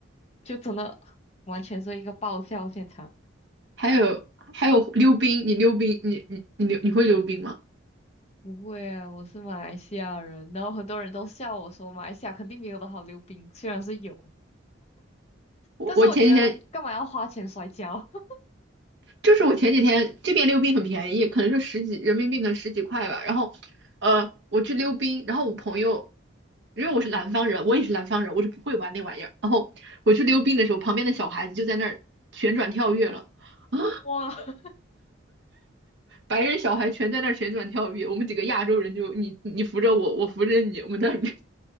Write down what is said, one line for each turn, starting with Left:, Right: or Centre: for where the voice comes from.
Left: 就真的完全是一个爆笑现场。
Right: 还有还有溜冰，你溜冰，你你你溜你会溜冰吗？
Left: 不会啊，我是马来西亚人，然后很多人都笑我说马来西亚肯定没有的好溜冰，虽然是有，
Right: 我我前几天
Left: 但是我觉得干嘛要花钱摔跤？<laughs>
Right: 就是我前几天这边溜冰很便宜，可能就十几人民币，
Left: 嗯，
Right: 可能十几块吧。然后，呃，我去溜冰，然后我朋友，因为我是南方人，我也是南方人，我就不会玩那玩意儿。然后我去溜冰的时候，旁边的小孩子就在那儿旋转跳跃了，<laughs> 啊，
Left: 哇，<laughs>
Right: 白人小孩全在那儿旋转跳跃，我们几个亚洲人就你你扶着我，我扶着你，我们在那里，